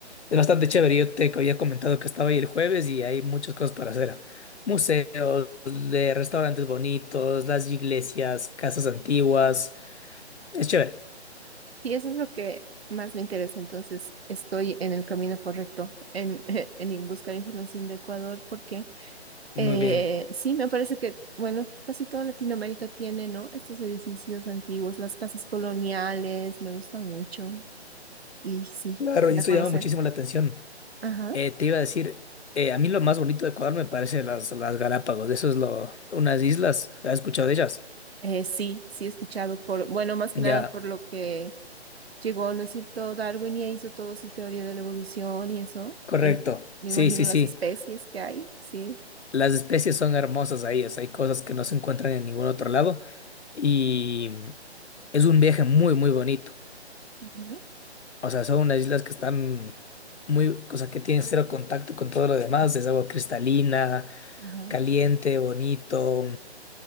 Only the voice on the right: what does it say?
Sí, eso es lo que más me interesa. Entonces, estoy en el camino correcto en, <laughs> en buscar información de Ecuador porque
eh,
sí, me parece que, bueno, casi toda Latinoamérica tiene, ¿no? Estos edificios antiguos, las casas coloniales, me gusta mucho y sí,
quisiera
conocer.
Ajá.
Eh, sí, sí he escuchado por, bueno, más que
nada por lo que llegó, ¿no es cierto? Darwin y hizo toda su teoría de la evolución y eso.
Y me
imagino
las
especies que hay, sí.
Ujú.
Ajá.